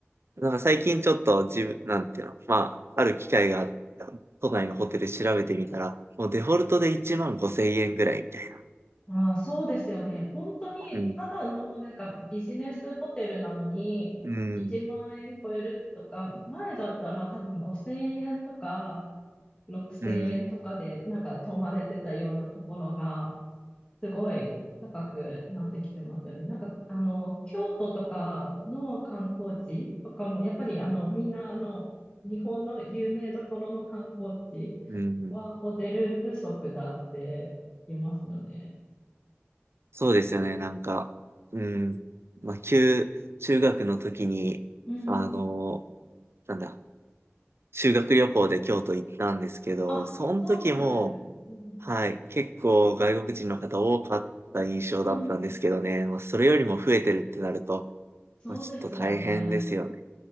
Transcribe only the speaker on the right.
なんか最近ちょっと自分、なんていうの、まあ、ある機会があった、都内のホテル調べてみたら、もうデフォルトで1万5千円ぐらいみたいな。
うん。
うん。
うん、
うん、
そうですよね。なんか、うん、まあ、旧、中学の時に、
あの、なんだ、修学旅行で京都行ったんですけど、
その時も、
はい、結構外国人の方多かった印象だったんですけどね、
まあ、それよりも増えてるってなると、
まあ、ちょっと大変ですよね。